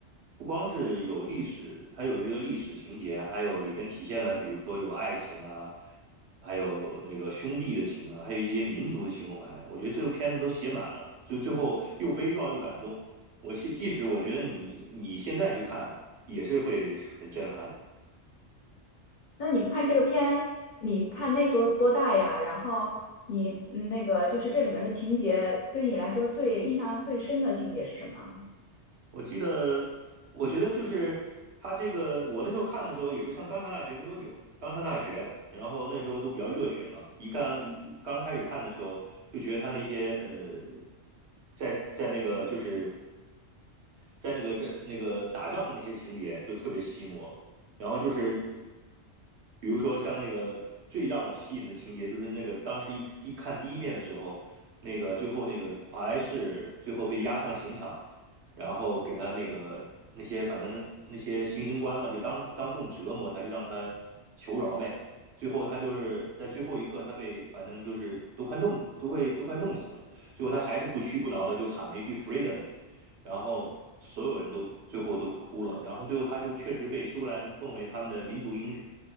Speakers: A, on the right; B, on the left.
A: 不光是有历史，它有这个历史情节，还有里边体现了，比如说有爱情啊，还有那个兄弟的情啊，还有一些民族的情怀，我觉得这个片子都写满了，就最后又悲壮又感动。我现即使我觉得你你现在去看也是会很震撼的。
B: 那你看这个片，你看那时候多大呀？然后你嗯那个就是这里面的情节，对于你来说最印象最深的情节是什么？
A: 我记得，我觉得就是他这个，我那时候看的时候，也就上刚上大学没多久，刚上大学，然后那时候都比较热血嘛，一刚一刚开始看的时候，就觉得他那些呃，在在那个就是在那个这那个打仗的那些情节就特别吸引我，然后就是比如说像那个最让我吸引的情节，就是那个当时一第看第一遍的时候，那个最后那个华莱士最后被押上刑场。然后给他那个那些反正那些行刑官嘛，就当当众折磨他，就让他求饶呗。最后他就是在最后一刻，他被反正就是都快弄都快都快弄死了，最后他还是不屈不挠的就喊了一句 “freedom”，然后所有人都最后都哭了，然后最后他就确实被苏格兰奉为他们的民族英雄，